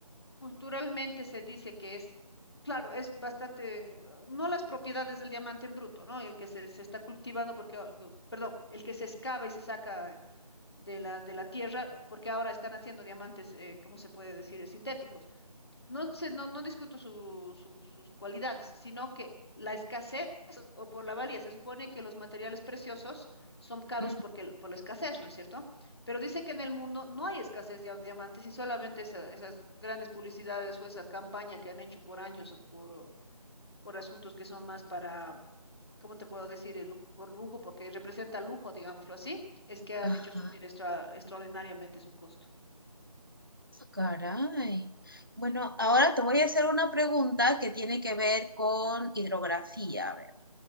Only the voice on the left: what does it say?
Culturalmente se dice que es, claro, es bastante, eh, no las propiedades del diamante en bruto, ¿no? El que se, se está cultivando porque, ah, gu- perdón, el que se excava y se saca de la, de la tierra porque ahora están haciendo diamantes, eh, ¿cómo se puede decir? Eh, Sintéticos. No sé, no, no discuto su- su- sus cualidades, sino que la escasez o por la valía. Se supone que los materiales preciosos son caros
porque, el- por la escasez, ¿no es cierto? Pero dice que en el mundo no hay escasez de diamantes y solamente esa- esas grandes publicidades o esa campaña que han hecho por años o por, por asuntos que son más para, ¿cómo te puedo decir? El lujo, por lujo, porque representa lujo, digámoslo así, es que han
hecho subir extra- extraordinariamente su costo.